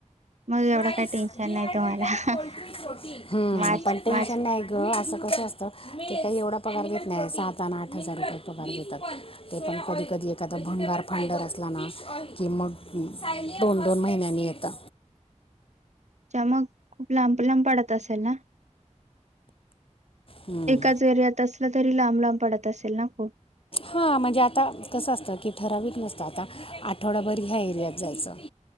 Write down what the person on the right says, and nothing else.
मग एवढं
काय टेन्शन नाही तुम्हाला
मार्च
मार्च
अच्छा, मग खूप लांब, लांब पडत असेल ना?
एकाच एरीयात असलं तरी लांब, लांब पडत असेल ना खूप?